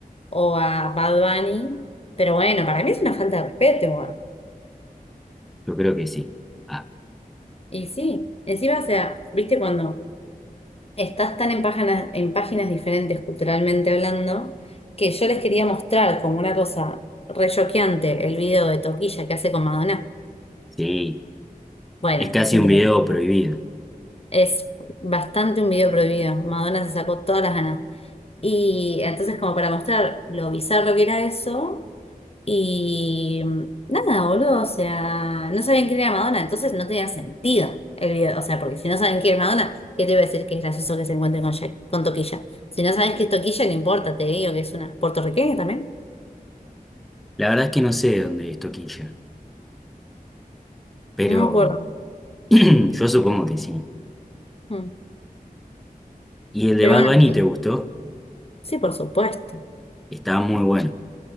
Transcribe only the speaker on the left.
o a Bad Bunny. Pero bueno, para mí es una falta de respeto,
Y sí, encima, o sea, viste cuando estás tan en páginas, en páginas diferentes culturalmente hablando, que yo les quería mostrar como una cosa re choqueante el video de Toquilla que hace con Madonna.
Bueno,
es increíble.
Es bastante un video prohibido. Madonna se sacó todas las ganas. Y entonces, como para mostrar lo bizarro que era eso, Y mm, nada, boludo, o sea, no sabían quién era Madonna, entonces no tenía sentido el video. O sea, porque si no saben quién es Madonna, ¿qué te voy a decir que es gracioso que se encuentre con, Shak- con Toquilla? Si no sabes que es Toquilla, no importa, te digo que es una puertorriqueña también.
No me acuerdo.
Mm.
Pero
bueno,
eh,
sí, por supuesto.